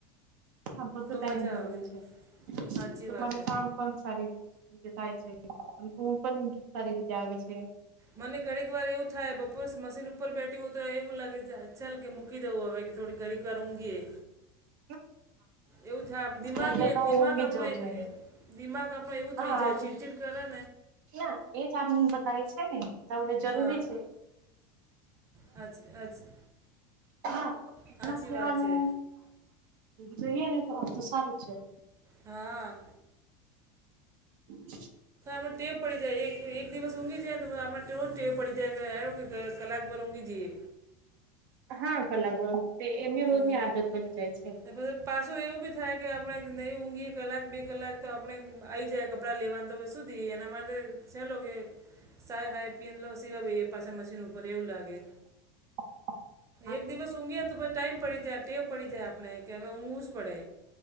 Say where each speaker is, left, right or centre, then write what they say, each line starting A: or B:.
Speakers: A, on the right; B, on the right.
A: હા બધું
B: તો
A: ટાઈમ
B: મજા
A: જરૂરી
B: આવે
A: છે,
B: સાચી
A: તમારું
B: વાત છે
A: કામ- પણ સારી રીતે થાય છેુ પણ સારી રીતે આવે છે.
B: મને ઘણીક વાર એવું થાય બપોરે મશીન ઉપર બેઠી હોય તો એવું લાગે છે ચાલ કે ચૂકી તો આવે કે થોડી ઘડીક વાર ઊંઘીએ.
A: હ <inaudible>
B: એવું થાય આપ દિમાગ
A: એટલે તો
B: દિમાગ
A: ઊંઘી
B: આપણો
A: જવું જોઈએ
B: દિમાગ આપણો એવું
A: હા
B: થઈ જાય ચીડચીડ ઘર <unintelligible>
A: ના એ જ આપમને બતાવી છે ને. તમને જરૂરી
B: હા
A: છે.
B: સાચી
A: હા તો એમ
B: સાચી
A: કવાનું
B: વાત છે
A: જોઈએ ને તો અ તો સારું. અચ્છા.
B: હા.
A: હ <unintelligible>
B: મે ટેપ પડી જાય એક દિવસ ઊઘી જાય ને તો ટટે પડી જાય કે કલાક ભર હોગી જઈએ.
A: હા કલાકારો એમને રોજની
B: એવું થાય.
A: આદત બની જાય છે.
B: ને પછી પાછું એવું બી થાય કે આપણેે નહી ઊંઘીએ કલાક બે કલાક તો આપણે આ આવી જાય. કપડાં લેવાનું તો સુધી એના માટે છેલો કે સાાય હાય પીન લો સિવા ભાઈ પાછા મશીન ઉપર એવું લાગે.
A: <inaudible>
B: એક દિવસ ઊંઘે ને તો પછી ટાઈમ પડી જાય ટેવ પડી જાય આપણે કે હવે ઊંઘવું જ પડે.